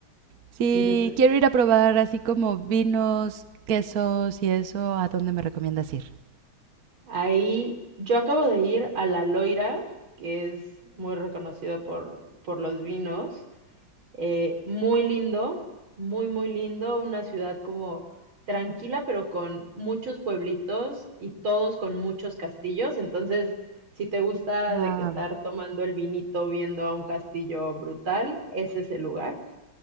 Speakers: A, on the right; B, on the right.
A: Sí,
B: sí, de, de,
A: quiero ir a probar así como vinos, quesos y eso. ¿A dónde me recomiendas ir?
B: Ahí yo acabo de ir a La Loira, que es muy reconocido por, por los vinos. eh, muy lindo, muy, muy lindo. Una ciudad como tranquila, pero con muchos pueblitos y todos con muchos castillos. Entonces, si te gusta
A: Wow,
B: de que estar tomando el vinito viendo a un castillo brutal, ese es el lugar.